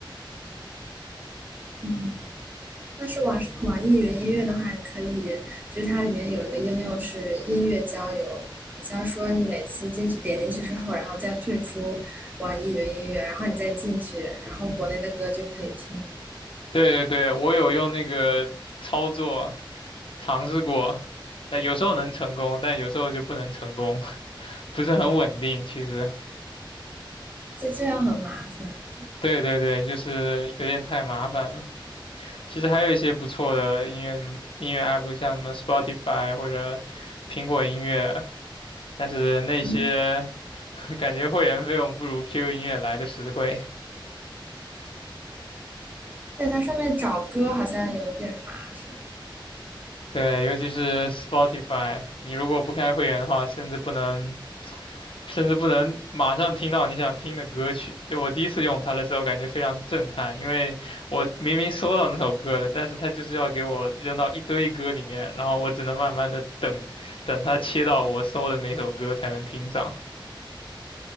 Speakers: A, on the right; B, on the left.
A: 嗯。但是网网易云音乐的话，你可以，就是它里面有一个应用是音乐交友，好像说你每次进去点进去之后，然后再退出网易云音乐，然后你再进去，然后国内的歌就可以听了。
B: 对对对，我有用那个操作尝试过，但有时候能成功，但有时候就不能成功，<laughs> 不是很稳定。其实，
A: 而且这样很麻烦，
B: 对对对，就是有点太麻烦了。其实还有一些不错的音乐音乐 app，像什么 Spotify 或者苹果音乐，但是那些
A: 嗯，
B: <laughs> 感觉会员费用不如 QQ 音乐来的实惠。
A: 在它上面找歌好像有点麻烦，
B: 对，尤其是 Spotify，你如果不开会员的话，甚至不能，甚至不能马上听到你想听的歌曲。就我第一次用它的时候，感觉非常震撼，因为我明明搜到那首歌了，但是它就是要给我扔到一堆歌里面，然后我只能慢慢的等，等它切到我搜的那首歌才能听上。